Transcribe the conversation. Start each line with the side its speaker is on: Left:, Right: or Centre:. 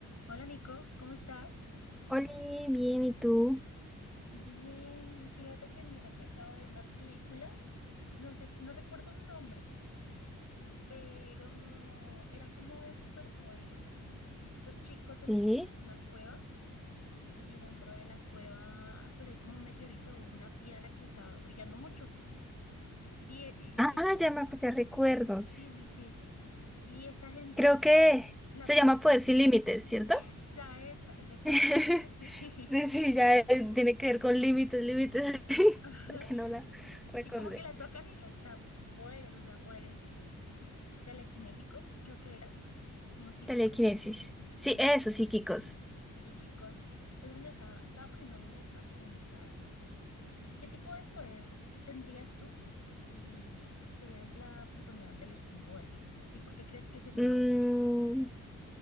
Left: Hola Nico, ¿cómo estás?
Centre: Oli, bien, ¿y tú?
Left: Bien, fíjate que mira que acabo de ver una película, no sé, no recuerdo el nombre, pero era como de superpoderes. Estos chicos se
Centre: ¿Sí?
Left: metían como en una cueva y dentro de la cueva pues hay como un meteorito o una piedra que estaba brillando mucho. Y, y-
Centre: Ah,
Left: y-
Centre: ya me pues, ya recuerdos.
Left: sí, sí, sí. Y esta gente
Centre: Creo
Left: como
Centre: que
Left: la
Centre: se
Left: toca.
Centre: llama Poder sin Límites, ¿cierto?
Left: Esa, esa, exactamente
Centre: <laughs>
Left: esa, sí.
Centre: Sí, sí,
Left: <laughs>
Centre: ya eh, tiene que ver con límites, límites, <laughs> sí,
Left: Ajá.
Centre: hasta que no la recordé.
Left: Y como que la tocan y les da poderes, o sea, poderes telequinésicos, creo que era, como psíquicos.
Centre: Telequinesis. Sí,
Left: Sí,
Centre: eso, psíquicos.
Left: psíquicos. Entonces me estaba, estaba poniéndome a pensar, ¿qué tipo de poder tendrías tú si, si tuvieras la oportunidad de elegir un poder? ¿Y por qué crees que sería
Centre: Mm,
Left: útil?